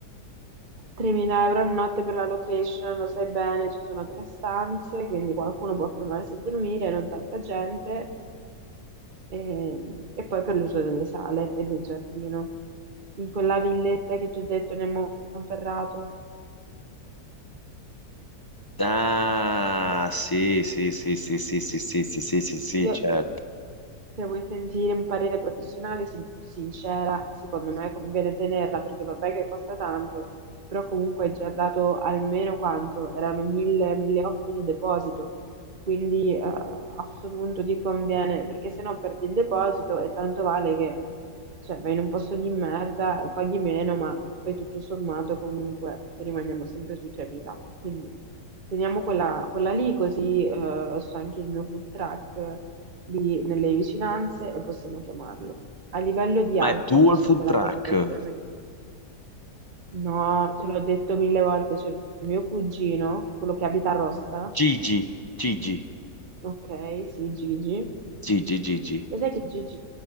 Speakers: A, on the right; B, on the left.
A: 3.000 euro a notte per la location, lo sai bene, ci sono tre stanze, quindi qualcuno può fermarsi a dormire, non tanta gente. e, e poi per l'uso delle sale e del giardino. In quella villetta che ti ho detto nel Monferrato,
B: Ah, sì, sì, sì, sì, sì, sì, sì, sì, sì, sì, sì, sì,
A: Io,
B: certo.
A: se vuoi sentire un parere professionale, sin- sincera, secondo me conviene tenerla perché vabbè che costa tanto, però comunque hai già dato almeno quanto? Erano 1000, 1800 di deposito, quindi eh, a questo punto ti conviene, perché se no perdi il deposito e tanto vale che cioè, vai in un posto di merda, paghi meno, ma poi tutto sommato comunque rimaniamo sempre sui 3.000. Quindi teniamo quella, quella lì così eh, so anche il mio food truck lì nelle vicinanze e possiamo chiamarlo. A livello di
B: Ma
A: alcol,
B: è tuo
A: che
B: il
A: so
B: food
A: che è
B: truck?
A: la cosa che ti preme di più. No, te l'ho detto mille volte, c'è il mio cugino, quello che abita a Rossa,
B: Gigi, Gigi,
A: ok, sì, Gigi.
B: Gigi, Gigi.
A: Lo sai che Gigi,